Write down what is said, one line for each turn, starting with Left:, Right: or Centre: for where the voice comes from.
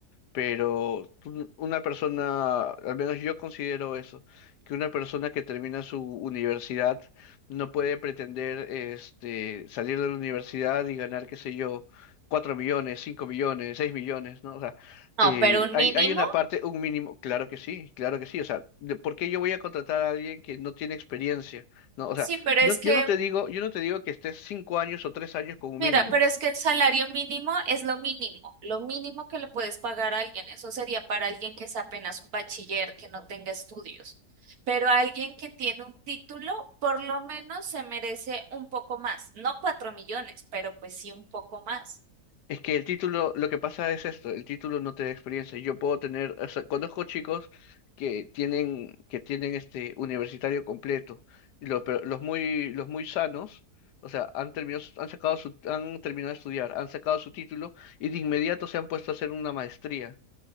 Left: pero tú- una persona, al menos yo considero eso, que una persona que termina su universidad no puede pretender este, salir de la universidad y ganar, qué sé yo, 4 millones, 5 millones, 6 millones, ¿no? O sea,
Right: No,
Left: eh,
Right: pero un
Left: hay,
Right: mínimo,
Left: hay una parte, un mínimo, claro que sí, claro que sí, o sea, de- ¿por qué yo voy a contratar a alguien que no tiene experiencia? ¿No? O sea,
Right: sí, pero
Left: no-
Right: es que,
Left: yo no te digo, yo no te digo que estés 5 años o 3 años como
Right: mira,
Left: mínimo.
Right: pero es que el salario mínimo es lo mínimo, lo mínimo que le puedes pagar a alguien. Eso sería para alguien que es apenas un bachiller, que no tenga estudios. Pero alguien que tiene un título, por lo menos se merece un poco más, no cuatro millones, pero pues sí un poco más.
Left: Es que el título, lo que pasa es esto, el título no te da experiencia. Yo puedo tener, o sea, conozco chicos que tienen, que tienen este universitario completo, y los, pero los muy, los muy sanos, o sea, han terminado, su- han sacado su, han terminado de estudiar, han sacado su título y de inmediato se han puesto a hacer una maestría.